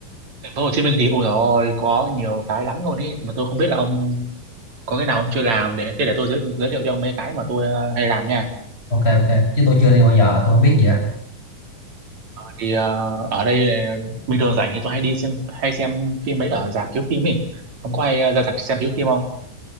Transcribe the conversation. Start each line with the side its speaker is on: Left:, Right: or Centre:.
Right: thành phố Hồ Chí Minh thì ôi rồi có nhiều cái lắm luôn ý mà tôi không biết là ông có cái nào ông chưa làm để thế để tôi giới, giới thiệu cho ông mấy cái mà tôi ờ, hay làm nha.
Left: Ok ok, chứ tôi chưa đi bao giờ, tôi không biết gì á.
Right: Thì ờ, ở đây ờ, bình thường rảnh thì tôi hay đi xem hay xem phim mấy ở rạp chiếu phim ấy. Ông có hay ờ, ra rạp xem chiếu phim không?